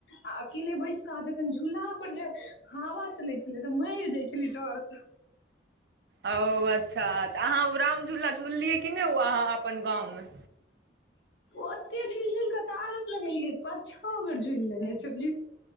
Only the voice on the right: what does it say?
ओ अच्छा तऽ अहाँ ओ राम झूला झूललियै कि नहि ओ अहाँ अपन गाँवमे